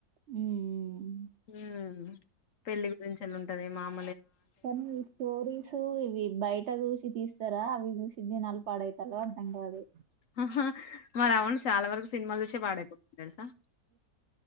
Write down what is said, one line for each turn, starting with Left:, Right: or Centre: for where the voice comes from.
Right: హ్మ్.
Left: ఉమ్ పెళ్లి గురించన ఉంటది మామ్
Right: కొన్ని స్టోరీసు ఇవి బయట చూసి తీస్తారా అవి చూసి జనాలు పాడైత్ తరో అర్థం గాదు
Left: ఆహా! మరి అవును చాలా వరకు సినిమాలు చూసే పడాయిపోతుంది తెలుసా